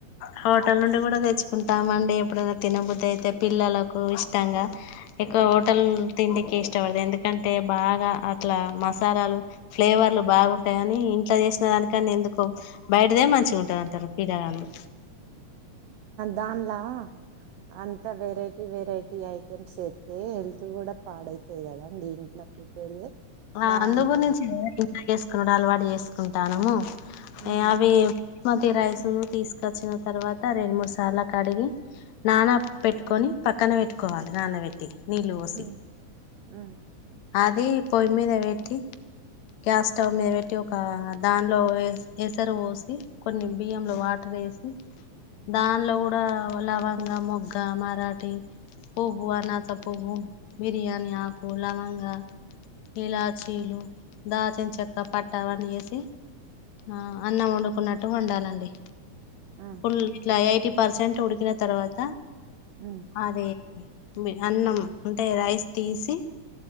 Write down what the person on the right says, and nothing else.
దాన్లా అంతా వెరైటీ వెరైటీ ఐటెమ్స్ చేత్తే హెల్త్ గూడా పాడైతది గదా అండి ఇంట్లో <unintelligible>
బాగుంటది
ఉమ్
ఉమ్ ఉమ్
ఆ
ఉమ్